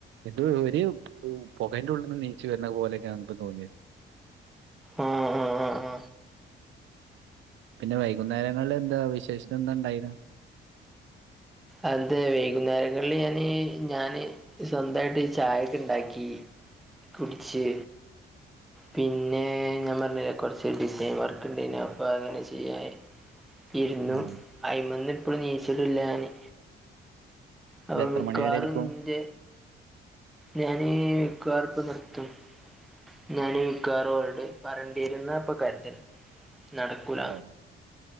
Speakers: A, on the right (about 70°); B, in the centre.
A: എത് ഒരു പൊകന്റെ ഉള്ളിൽന്ന് നീച്ചു വരണ പോലെയൊക്കെയപ്പോ തോന്നിയത്
B: ആ ആ ആ ആ
A: പിന്നെ വൈകുന്നേരങ്ങളിൽ എന്താ വിശേഷത എന്താണ്ടായിനു
B: അത് വൈകുന്നേരങ്ങളില് ഞാന് ഞാന് സ്വന്തായിട്ട് ഈ ചായയൊക്കെ ഇണ്ടാക്കി കുടിച്ച് പിന്നെ ഞാൻ പറഞ്ഞില്ലെ കുറച്ച് ഡിസൈൻ വർക്ക് ഇണ്ടേനി അപ്പൊ അങ്ങനെ ചെയ്യ ഇരുന്നു
A: ആഹ്
B: അയിമന്ന് ഇപ്പൊളും നീചിട്ടില്ല ഞാന് അപ്പം
A: ഇത് എത്ര
B: മിക്കവാറും
A: മണി വരെ ഇരിക്കും?
B: ഇന്റെ ഞാന് മിക്കവാറും ഇപ്പം നിർത്തും ഞാനീ കാറോൾട് പറണ്ടിരുന്നാപ്പൊ കരുത്ണ് നടക്കൂല
A: ഓഹ്